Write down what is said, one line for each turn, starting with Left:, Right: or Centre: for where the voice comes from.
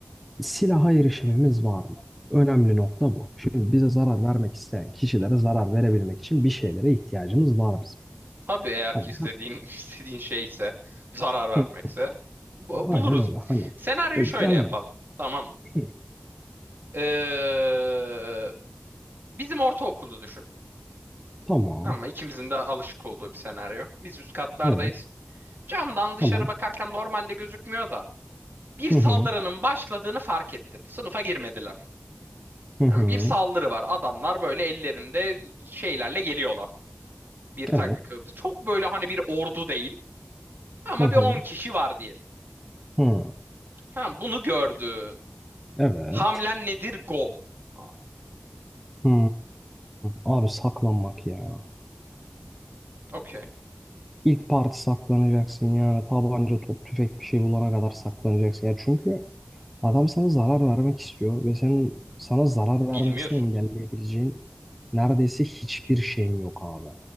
Centre: silaha erişimimiz var mı? Önemli nokta bu. Şimdi bize zarar vermek isteyen kişilere zarar verebilmek için bir şeylere ihtiyacımız var bizim.
Right: Tabii eğer
Centre: Hani
Right: ki
Centre: ha,
Right: istediğin <laughs> istediğin şeyse, zarar vermekse
Centre: hı,
Right: bu-
Centre: aynen
Right: buluruz.
Centre: öyle. Hani
Right: Senaryoyu
Centre: e,
Right: şöyle
Centre: yani
Right: yapalım. Tamam mı?
Centre: hı,
Right: Ee, bizim ortaokulu düşün.
Centre: tamam.
Right: Ama ikimizin de alışık olduğu bir senaryo. Biz üst katlardayız.
Centre: Evet.
Right: Camdan dışarı
Centre: Tamam.
Right: bakarken normalde gözükmüyor da. bir saldırının
Centre: Hı hı.
Right: başladığını fark ettin. Sınıfa girmediler.
Centre: Hı hı.
Right: Yani bir saldırı var. Adamlar böyle ellerinde şeylerle geliyorlar. Bir takı
Centre: Evet.
Right: çok böyle hani bir ordu değil ama
Centre: Hı hı.
Right: bir 10 kişi var diyelim.
Centre: Hı.
Right: Tamam bunu gördün.
Centre: Evet.
Right: Hamlen nedir? Go. Aa,
Centre: Hı. Abi saklanmak ya.
Right: Okey.
Centre: İlk parti saklanacaksın yani tabanca, top, tüfek bir şey bulana kadar saklanacaksın. Ya çünkü Adam sana zarar vermek istiyor ve senin sana zarar vermesini
Right: Bilmiyorsun.
Centre: engelleyebileceğin neredeyse hiçbir şeyin yok abi.